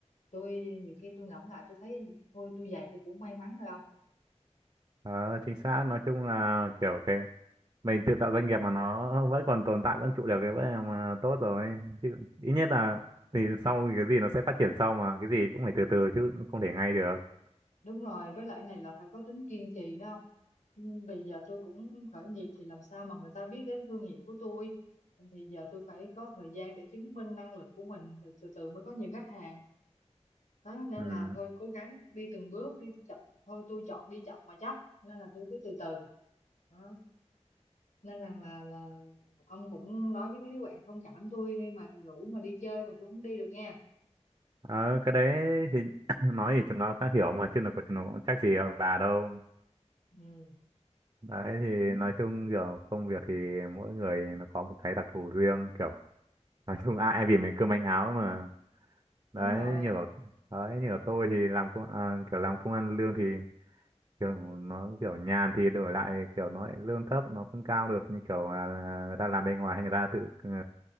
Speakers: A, on the left; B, on the right.
A: tôi nhiều khi tôi ngẫm lại tôi thấy thôi tôi về tôi cũng may mắn rồi
B: Ờ, chính xác nói chung là kiểu cái mình tự tạo doanh nghiệp mà nó vẫn còn tồn tại vẫn trụ được cái vẫn là mà tốt rồi chứ ít nhất
A: không
B: là thì sau thì cái gì nó sẽ phát triển sau mà cái gì cũng phải từ từ chứ không thể ngay được
A: Đúng rồi, với lại này là phải có tính kiên trì đó không? Ừ, Vì giờ tôi cũng khởi nghiệp thì làm sao mà người ta biết đến thương hiệu của tôi. Thì giờ tôi phải có thời gian để chứng minh năng lực của mình rồi từ từ mới có nhiều khách hàng. Đó, nên
B: ừ.
A: là thôi cố gắng đi từng bước đi chậm thôi tôi chọn đi chậm mà chắc nên là tôi cứ từ từ. Đó. Nên rằng là là ông cũng nói với mấy đứa bạn thông cảm tôi đi mà rủ mà đi chơi mà tôi không đi được nha.
B: Ờ, cái đấy thì <coughs> <clears throat> nói thì chúng nó khá hiểu mà chứ nó chúng nó cũng trách gì ở bà đâu
A: Ừ.
B: đấy thì
A: Đó.
B: nói chung kiểu công việc thì mỗi người nó có một cái đặc thù riêng kiểu nói chung ai, ai vì mình cơm manh áo mà đấy
A: Đúng rồi.
B: như là đấy như là tôi thì làm công à, kiểu làm công ăn lương thì kiểu nó kiểu nhàn thì đổi lại kiểu nó lại lương thấp nó không cao được như kiểu là là người ta làm bên ngoài hay người ta tự ờ,